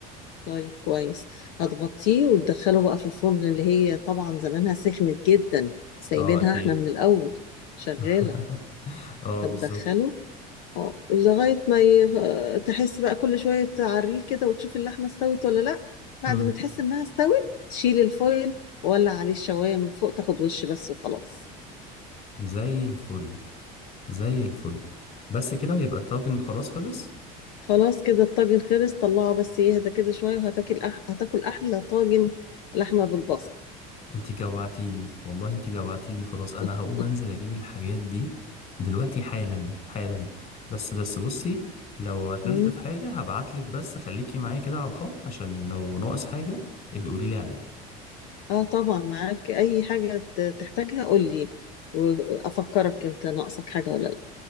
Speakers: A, on the left; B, on the left.
A: طيب كويس هتغطيه وتدخله بقى في الفرن اللي هي طبعا زمانها سخنت جدا سايبينها
B: اه أكيد
A: احنا من الأول شغالة
B: <laughs> اه
A: هتدخله
B: بالظبط
A: اه لغاية ما ي... آه، تحس بقى كل شوية تعريه كده وتشوف اللحمة استوت ولا لأ بعد
B: مم.
A: ما تحس إنها استوت تشيل الفويل وولع عليه الشواية من فوق تاخد وش بس وخلاص
B: زي الفل زي الفل بس كده ويبقى الطاجن خلاص خلص
A: خلاص كده الطاجن خلص طلعه بس يهدى كده شوية وهتاكل أح... هتاكل أحلى طاجن لحمة بالبصل
B: أنتي جوعتيني والله أنتي جوعتيني خلاص أنا
A: <laughs>
B: هقوم أنزل أجيب الحاجات دي دلوقتي حالا حالا بس بس بصي لو عطلت
A: مم.
B: في حاجة هبعتلك بس خليكي معايا كده على الخط عشان لو ناقص حاجة ابقي قوليلي عليها
A: اه طبعا معاك أي حاجة ت- تحتاجها قولي وأفكرك أنت ناقصك حاجة ولا لأ